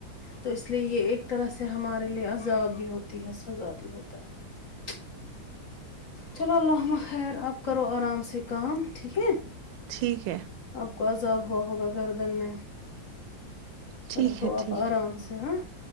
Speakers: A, on the left; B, on the right.
A: تو اس لیے یہ ایک طرح سے ہمارے لیے عذاب بھی ہوتی ہے سزا بھی ہوتا ہے چلو اللہ ہمما خیر آپ کرو آرام سے کا ٹھیک ہے
B: ٹھیک ہے
A: آپ کو عذاب ہوا ہوگا گردن میں
B: ٹھیک
A: رہو
B: ہے
A: آپ
B: ٹھیک
A: آرام
B: ہے
A: سے ہاں